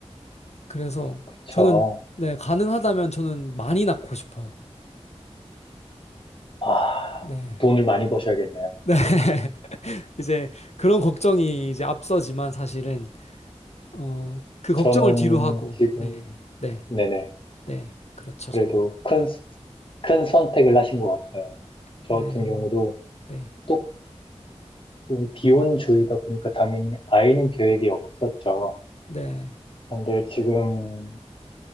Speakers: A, on the left (about 70°); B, on the left (about 50°).
A: 그래서
B: 그쵸.
A: 저는 네 가능하다면 저는 많이 낳고 싶어요.
B: 아,
A: 네.
B: 돈을 많이 버셔야겠네요.
A: 네. <laughs> 이제 그런 걱정이 이제 앞서지만 사실은 어, 그 걱정을
B: 저는
A: 뒤로 하고,
B: 지금,
A: 네, 네,
B: 네네.
A: 네, 그렇죠,
B: 그래도
A: 저는.
B: 큰, 큰 선택을 하신 것 같아요.
A: 네,
B: 저 같은 경우도
A: 네,
B: 또 음, 비혼주의다 보니까 당연히 아이는 계획이 없었죠.
A: 네.
B: 근데 지금,